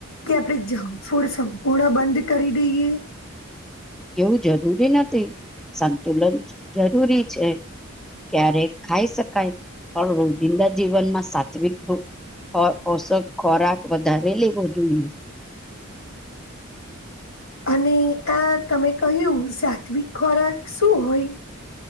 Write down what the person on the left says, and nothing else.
કે આપણેે જંક ફૂડ સંપૂર્ણ બંધ કરી દઈએ અહ
અને, આ તમે કહ્યું સાત્વિક ખોરાક શું હોય?